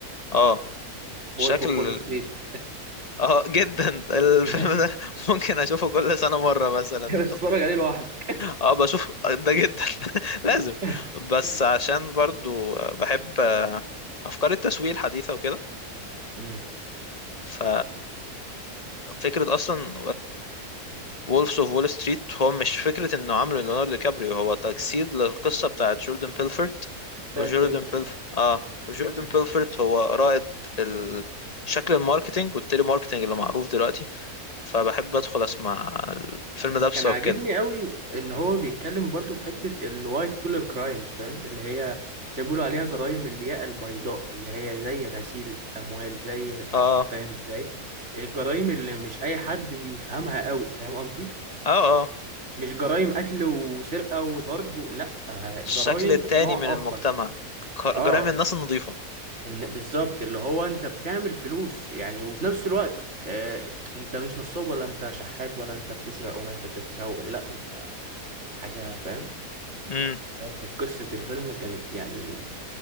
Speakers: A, on the left; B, on the right.
A: اه شكل
B: وولف اوف وول ستريت
A: اه <laughs> جدا الفيلم
B: <laughs>
A: ده <laughs> ممكن اشوفه كل سنه مره مثلا
B: بس اتفرج عليه لوحدك
A: اه بشوف ده جدا <laughs> لازم
B: <laughs>
A: بس عشان برضو بحب افكار التسويق الحديثه وكده
B: امم
A: ف فكرة أصلا وولفز أوف وول ستريت هو مش فكرة إنه عامله ليوناردو دي كابريو هو تجسيد للقصة بتاعت جوردن بيلفورت
B: بتاعت
A: وجوردن
B: بيلفورد
A: بيلفورت آه جوردن
B: امم.
A: بيلفورت هو رائد ال- شكل الماركتينج والتيلي ماركتينج اللي معروف دلوقتي فبحب أدخل أسمع الفيلم
B: وكان
A: ده بسبب
B: عاجبني
A: كده
B: قوي ان هو بيتكلم برضو في حتة الوايت كولر كرايمز فاهم اللي هي زي ما بيقولوا عليها جرائم الياقة البيضاء اللي هي زي غسيل اموال زي
A: آه
B: فاهم ازاي الجرائم اللي مش اي حد بيفهمها قوي فاهم قصدي
A: آه آه
B: مش جرائم قتل وسرقة وضرب و- لا آه، جرائم
A: الشكل التاني
B: من نوع
A: من
B: اخر
A: المجتمع ك-
B: اه
A: جرائم الناس النظيفة
B: ان بالظبط اللي هو انت بتعمل فلوس يعني وفي نفس الوقت آه انت مش نصاب ولا انت شحات ولا انت بتسرق ولا انت بتتسوق لا انت حاجة فاهم
A: امم
B: كانت قصة الفيلم كانت يعني